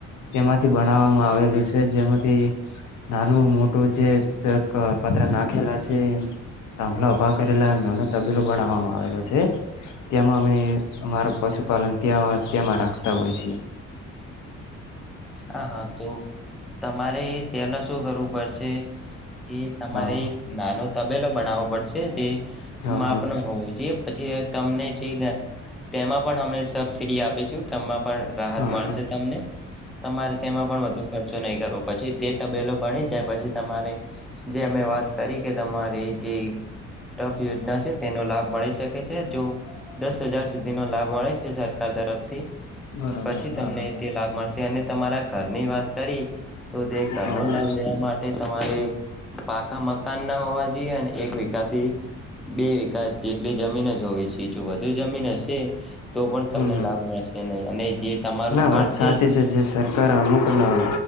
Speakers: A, on the left; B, in the centre.
A: તેમાંથી બનાવવામાં આવેલું છે જેમાંથી નાનું મોટું જે એક પતરા નાખેલા છે તાંભલા ઉભા કરેલા એમ નાનો તબેલો બનાવવામાં આવેલો છે તેમાં અમે અમારા પશુપાલન ત્યાં તેમાં રાખતા હોય છે.
B: હા હા તો તમારે પેલા શું કરવું પડશે. કે તમારે
A: હા
B: એક નાનો તબેલો બનાવવો પડશે તેથી
A: હા
B: માપ
A: હા
B: ના હોવું જે પછી તમને છે ગ તેમાં પણ અમને સબસીડી આપીશું તેમાં પણ રાહત
A: હા
B: મળશે
A: હા હા
B: તમને તમારે તેમાં પણ વધુ ખર્ચો નહીં કર તો પછી તે તબેલો ભણી જાય પછી તમારે જે અમે વાત કરી કે તમારી જે ટપ યોજના છે તેનો લાભ મળી શકે છે જો દસ હજાર સુધીનો લાભ મળે છે સરકાર તરફથી
A: બરોબર
B: પછી તમને
A: હા
B: તે લાભ મળશે અને કરની વાત કરી તો તે
A: હા
B: ઘરનો
A: હા
B: લાભ લેવા માટે તમારે પાકા મ મકાન ના હોવા જોઈએ અને એક વિકાથી બે વિકા જેટલી જમીન જ હોવી જોઈએ જો વધુ જમીન હશે તો પણ તમને
A: હમ હમ
B: લાભ મળશે નહી અને જે તમારું
A: ના
B: ઘર
A: વાત
B: છે
A: સાચી જે સરકાર અ મુુકના